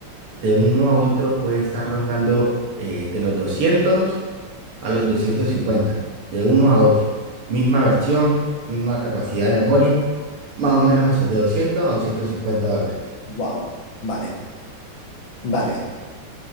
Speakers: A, on the right; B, on the left.
A: de uno a otro puede estar rondando eh, de los 200 a los 250 de uno a otro. Misma versión, misma capacidad de memoria, más o menos eso, de 200 a 250 dólares.
B: Wow, vale, vale.